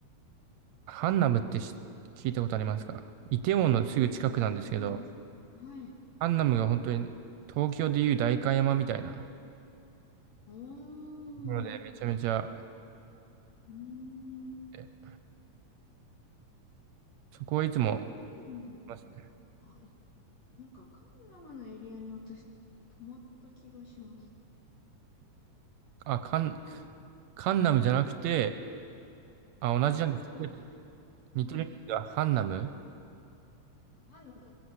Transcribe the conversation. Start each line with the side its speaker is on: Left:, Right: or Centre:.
Right: ハンナムってし聞いたことありますかイテウォンのすぐ近くなんですけど、
Left: あのはい。
Right: ハンナムが本当に東京でいう代官山みたいな
Left: おー、
Right: ところでめちゃめちゃ、
Left: うーん。
Right: えそこはいつも、
Left: カンナダの、
Right: ますね。
Left: あ、い、なんかカンナムのエリアに私、泊まった気がします。
Right: あ、カン、カンナムじゃなくて、あ、同じなんですけど。
Left: あ、カンナムじゃない。
Right: 似てるんですが、
Left: <laughs>
Right: ハンナム
Left: ハンナムだ。